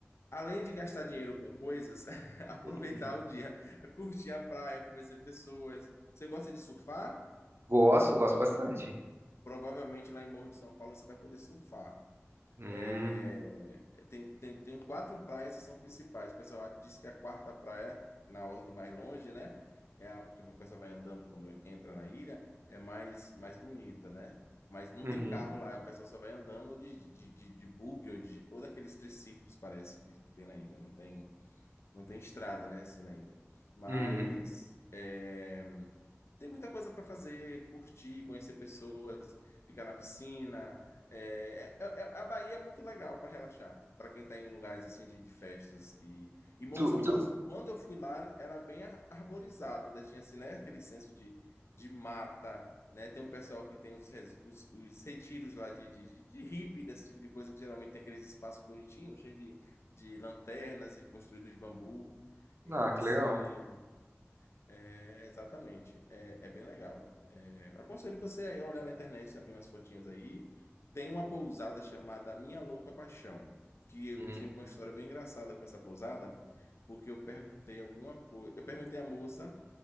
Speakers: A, on the left (about 70°); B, on the right (about 60°).
A: Além de gastar dinheiro com coisas, <laughs> aproveitar
B: <laughs>
A: o dia, curtir a praia, conhecer pessoas. Você gosta de surfar?
B: Gosto, gosto bastante.
A: Provavelmente lá em Morro de São Paulo você vai poder surfar.
B: Hum,
A: É, tem, tem, tem quatro praias que são principais. O pessoal diz que a quarta praia, na ordem mais longe, né? É a que o pessoal vai andando quando entra na ilha, é mais, mais bonita, né? Mas não
B: uhum,
A: tem carro lá, o pessoal só vai andando ou de, de, de, de bug ou, de, ou daqueles triciclos, parece, que que tem na ilha. Não tem não tem estrada, né, assim, na ilha. Mas
B: uhum.
A: é, tem muita coisa para fazer, curtir, conhecer pessoas, ficar na piscina. É, é, é- é, a Bahia é muito legal para relaxar, para quem está em lugares assim de, de festas. E, e Morro
B: Tu,
A: de São
B: tu...
A: Paulo, quando eu fui lá, era bem ar- arborizado, ainda tinha assim, né, aquele senso de, de mata. Né? Tem um pessoal que tem os, res- os, os retiros lá de, de, de de hippie, desse tipo de coisa, que geralmente tem aqueles espaços bonitinhos, cheios de, de lanternas e construído de bambu. Então,
B: Ah, que
A: assim,
B: legal.
A: é, exatamente, é, é bem legal. É, aconselho você aí a olhar na internet também umas fotinhas aí. Tem uma pousada chamada Minha Louca Paixão, que eu
B: Hum.
A: tive uma história bem engraçada com essa pousada, porque eu perguntei alguma coisa. Eu perguntei à moça